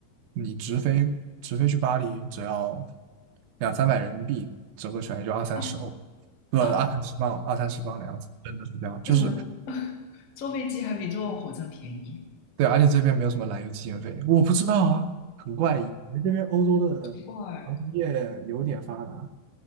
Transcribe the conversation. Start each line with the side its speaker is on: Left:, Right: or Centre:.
Right: 你直飞直飞去巴黎只要两三百人民币，折合起来就二三十欧，
Left: 啊
Right: 不，
Left: 啊，
Right: 二三十磅，二三十磅的样子，真的是这样，就是
Left: 为什么坐飞机还比坐火车便宜？
Right: 对，而且这边没有什么燃油机建费，我不知道啊，很怪异，你们这边欧洲的航空业有点发达。
Left: 奇怪。